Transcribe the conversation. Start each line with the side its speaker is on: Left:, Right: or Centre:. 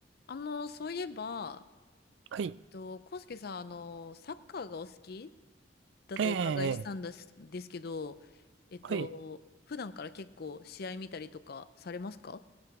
Left: あの、そういえば、
Right: はい。
Left: えっと、康介さん、あの、サッカーがお好きだとお伺いしたんですですけど、
Right: ええ、
Left: えっと、
Right: はい。
Left: 普段から結構試合見たりとかされますか